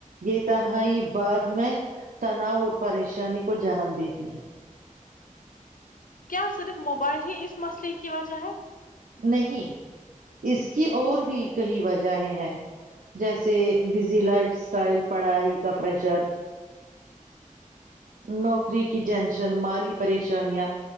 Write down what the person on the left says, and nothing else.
کیا صرف موبائل ہی اس مسئلے کی وجہ ہے